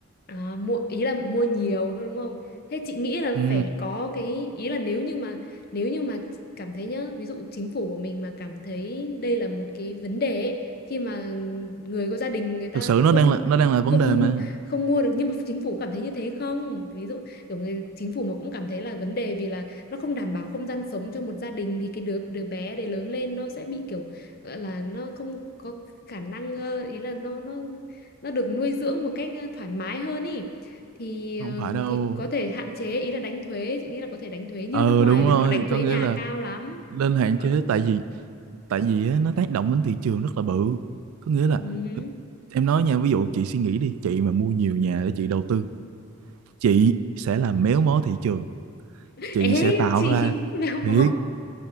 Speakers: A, on the left; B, on the right.
A: À, mua ý là mua nhiều thôi đúng không? Thế chị nghĩ là
B: ừ
A: phải có cái ý là nếu như mà nếu như mà cảm thấy nhá, ví dụ chính phủ của mình mà cảm thấy đây là một cái vấn đề ấy, khi mà người có gia đình người ta
B: thực sự
A: không
B: nó đang là nó đang là vấn
A: không
B: đề mà
A: <laughs> không mua được nhưng mà chính phủ cảm thấy như thế không? Ví dụ kiểu người chính phủ mà cũng cảm thấy là vấn đề vì là nó không đảm bảo không gian sống cho một gia đình thì cái đứa đứa bé đấy lớn lên nó sẽ bị kiểu gọi là nó không có khả năng ờ, ý là nó nó nó được nuôi dưỡng một cách ờ, thoải mái hơn ý thì ờ,
B: không phải đâu
A: thì có thể hạn chế ý là đánh thuế chị nghĩ là có thể đánh thuế như
B: ờ
A: nước ngoài
B: đúng
A: là
B: rồi
A: họ đánh thuế
B: có nghĩa
A: nhà
B: là
A: cao lắm
B: nên hạn
A: họ...
B: chế tại vì tại vì á, nó tác động đến thị trường rất là bự có nghĩa là
A: ừ.
B: em nói nha ví dụ chị suy nghĩ đi chị mà mua nhiều nhà để chị đầu tư chị sẽ làm méo mó thị trường chị
A: ế
B: sẽ tạo
A: chị
B: ra
A: <laughs> mèo mó
B: thiệt